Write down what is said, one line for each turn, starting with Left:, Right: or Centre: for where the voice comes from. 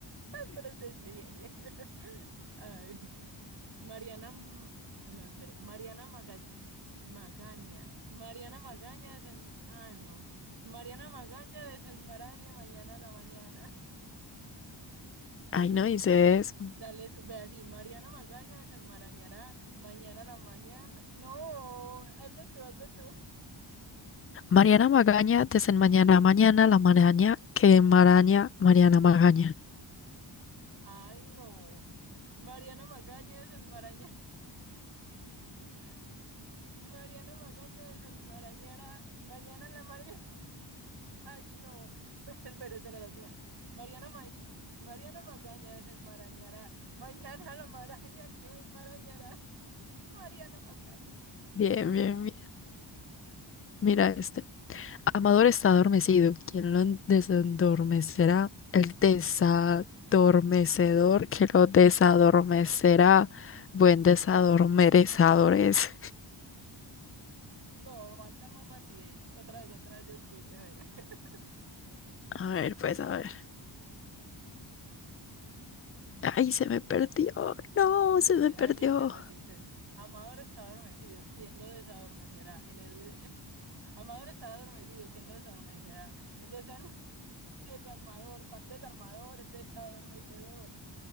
Right: <laughs> Pero sí, sí, bien, bien. <laughs> Ay. Mariana, M- no, espere, Mariana Maga- Magaña, Mariana Magaña desen, ay, no, Mariana Magaña desenmaraña mañana a la mañana. <laughs>
Left: Ay, no dice eso.
Right: Dale tú, ve así, Mariana Magaña desenmarañará mañana a la mañana. No, hazle tú, hazle tú.
Left: Mariana Magaña, desenmañana mañana a mañana, la maraña que maraña Mariana Magaña.
Right: Ay, no. Mariana Magaña desenmaraña. <laughs> Mariana Magaña desenmarañará mañana a la mañana. Ay, no. <laughs> Espera, espera, la última. Mariana, Ma- Mariana Macaña desenmarañará. Mañana la maraña que enmarañará. <laughs> Mariana Macaña.
Left: Bien, bien, bien. Mira este. Amador está adormecido. ¿Quién lo en- desendormecerá? El desadormecedor que lo desadormecerá. Buen desadormecedor es.
Right: No, falta más rapidez. Otra vez, otra vez yo escucho, a ver. <laughs>
Left: A ver, pues a ver. Ay, se me perdió. No,
Right: Ay,
Left: se
Right: espera,
Left: me perdió.
Right: a ver, yo intento, yo intento. Amador está adormecido. ¿Quién lo desadormecerá? El, Amador está adormecido. ¿Quién lo desarmecerá? El desarm- <laughs> desarmador. ¿Cuál desarmador? El desadormecedor.